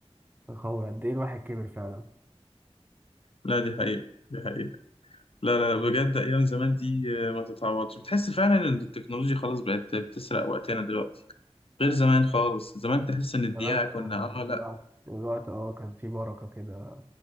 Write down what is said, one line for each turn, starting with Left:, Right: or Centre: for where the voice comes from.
Right: هو قد ايه الواحد كبر فعلا
Left: لا دي حقيقة دي حقيقة لا لا لا، بجد أيام زمان دي آه، ما تتعوضش بتحس فعلا إن التكنولوجيا خلاص بقت بتسرق وقتنا دلوقتي غير زمان خالص زمان تحس ان
Right: زمان
Left: الدقيقة
Right: كان
Left: كنا
Right: الوقت
Left: اه لا
Right: الوقت اه كان فيه بركة كده